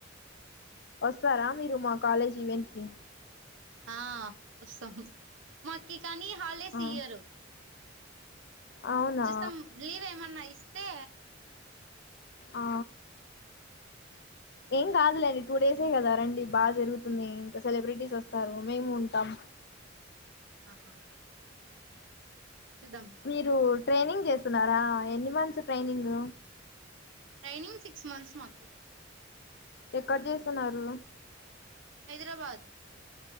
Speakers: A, on the left; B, on the right.
A: వస్తారా మీరు మా కాలేజ్ ఈవెంట్ కి
B: ఆ వస్తాం మాకి కానీ హాలిడేస్
A: ఆ,
B: ఇయ్యరు
A: అవునా
B: చూస్తం లీవ్ ఏమన్న ఇస్తే
A: ఆ ఏం కాదులేండి టూ డేసే కదా రండి బాగా జరుగుతుంది ఇంకా సెలబ్బ్రెటీస్ వస్తారు మేము ఉంటాం
B: ఆహా చూద్దాం
A: మీరు ట్రైనింగ్ చేస్తున్నారా ఎన్ని months training
B: training six months మాకు
A: ఎక్కడ చేస్తున్నారు
B: హైదరాబాద్